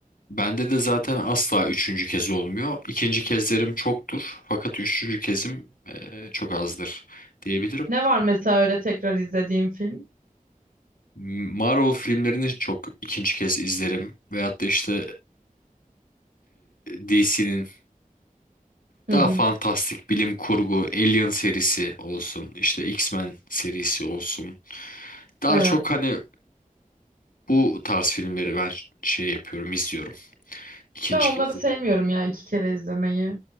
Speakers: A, on the left (about 80°); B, on the right (about 85°).
A: Bende de zaten asla üçüncü kez olmuyor. İkinci kezlerim çoktur. Fakat üçüncü kezim eee, çok azdır diyebilirim.
B: Ne var mesela öyle tekrar izlediğim film?
A: Marvel filmlerini çok ikinci kez izlerim. Veyahut da işte DC'nin
B: Hı
A: daha
B: hı.
A: fantastik bilim kurgu Alien serisi olsun. işte X-Men serisi olsun. Daha
B: Evet.
A: çok hani bu tarz filmleri ben şey yapıyorum, izliyorum. İkinci
B: Ben onları
A: kez
B: sevmiyorum
A: dedik.
B: yani iki kere izlemeyi.